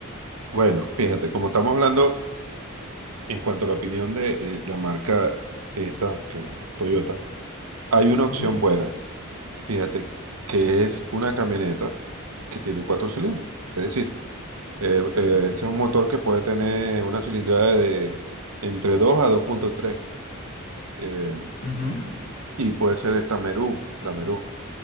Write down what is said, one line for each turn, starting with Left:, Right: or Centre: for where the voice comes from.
Right: Bueno, fíjate, como estamos hablando en cuanto a la opinión de eh, la marca esta, que Toyota, hay una opción
Left: Ujú,
Right: buena. Fíjate que es una camioneta que tiene cuatro cilindros. Es decir, eh,
Left: ujú,
Right: eh, es un motor que puede tener una cilindrada de entre 2 a 2.3. eh,
Left: ujú.
Right: y puede ser esta Meru, la Meru.